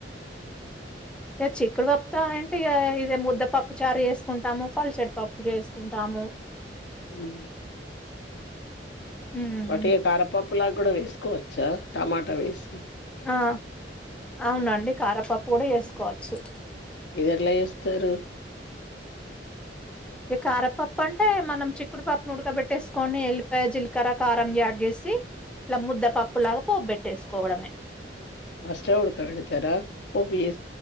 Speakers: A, in the centre; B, on the left.
A: ఇ చిక్కుడుపప్పు అంటే ఇ ఇద ముద్దపప్పు చారు చేసుకుంటాము, పలసెడి పప్పు చేసుకుంటాము
B: మ్
A: ఉమ్
B: పటి కారపప్ పప్పులాగ కూడా వేసుకోవచ్చా టమాటా వేసి
A: ఆ అవునండి కారపప్పు కూడా వేసుకోవచ్చు
B: ఇదిలా చేస్తారు
A: ఇక కారపప్పు అంటే మనం చిక్కుడుపప్పును ఉడకబెట్టేసుకొని, ఎల్లిపాయ జీలకర కారం యాడ్ చేసి, ఇట్లా ముద్దపప్పు లాగా పోప్ట్టేసుకోవడమే
B: ఫస్ట్లో ఉడుకబెడతారా పోప్ చే